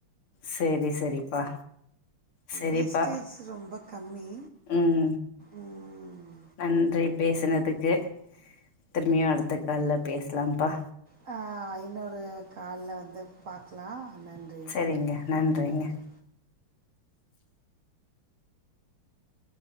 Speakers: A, on the left; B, on the right.
A: சேரி சேரிப்பா சேரிப்பா
B: வேஸ்டேஜ் ரொம்ப கம்மி
A: உம்
B: ம்,
A: நன்றி பேசினதுக்கு திருமயு அடுத்த கால்ல பேசலாம்ப்பா
B: ஹான் ஐநூறு கால்ல வந்து பாக்கலாம் நன்றி நன்றி
A: சரிங்க நன்றிங்க
B: நன்றி